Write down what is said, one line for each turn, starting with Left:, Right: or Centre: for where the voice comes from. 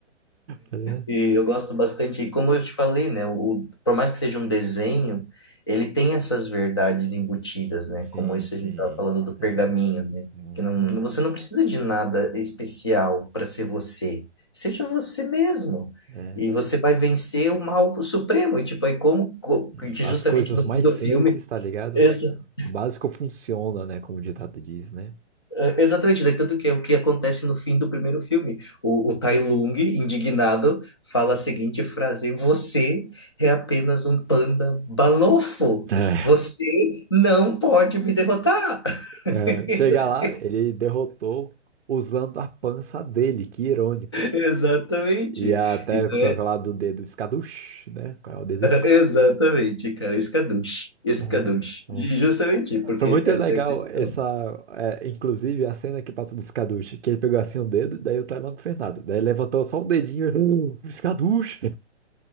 Right: Tá ligado?
Left: E eu gosto bastante. E como eu te falei, né? O, por mais que seja um desenho, ele tem essas verdades embutidas, né?
Right: Sim,
Left: Como esse
Right: sim.
Left: a gente estava falando do pergaminho,
Right: É,
Left: né?
Right: uhum,
Left: Que não, você não precisa de nada especial para ser você. Seja você mesmo.
Right: é,
Left: E você vai vencer o mal supremo. E tipo, é como co-
Right: é.
Left: que
Right: As
Left: justamente
Right: coisas
Left: no
Right: mais
Left: fim do
Right: simples,
Left: filme.
Right: tá ligado?
Left: <laughs>
Right: O básico funciona, né? Como o ditado diz, né?
Left: É, Exatamente, daí tanto que é o que acontece no fim do primeiro filme. O, o Tai Lung, indignado, fala a seguinte frase: Você é apenas um panda balofo.
Right: É,
Left: Você não pode me derrotar.
Right: é,
Left: <laughs>
Right: chega lá, ele derrotou usando a pança dele, que irônico.
Left: Exatamente.
Right: E até
Left: Então,
Right: toca
Left: é-
Right: lá do dedo escaduche, né? Qual é o dedo?
Left: exatamente, cara. Escaduche. Escaduche.
Right: Aham, é.
Left: Justamente, porque
Right: Foi muito
Left: essa
Right: legal
Left: é a questão.
Right: essa, é, inclusive a cena que passa do Skadush, que ele pegou assim um dedo, daí o Taiwan com o daí levantou só um dedinho, "Uh, Skadush,